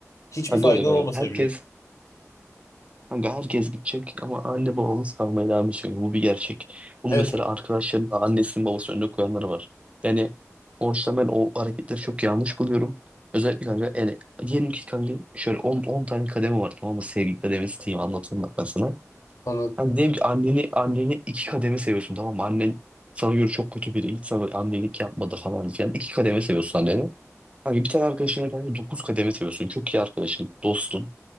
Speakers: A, on the left; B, on the right.
A: Hiçbir
B: Kanka
A: faydan
B: öyle kanka.
A: olmasa
B: Herkes
A: bile.
B: Kanka herkes gidecek ama anne babamız kalmaya devam edecek. Bu bir gerçek. Bunu
A: Evet.
B: mesela arkadaşlarım da annesinin babasının önüne koyanları var. Yani o yüzden ben o hareketleri çok yanlış buluyorum. Özellikle kanka yani diyelim ki kanka şöyle 10 10 tane kademe var tamam mı? Sevgi kademesi diyeyim anlatayım bak ben sana.
A: Anladım.
B: Hani diyelim ki anneni anneni iki kademe seviyorsun tamam mı? Annen sana göre çok kötü biri. Hiç sana annelik yapmadı falan filan. İki kademe seviyorsun anneni. Hani bir tane arkadaşını kanka 9 kademe seviyorsun. Çok iyi arkadaşın, dostun.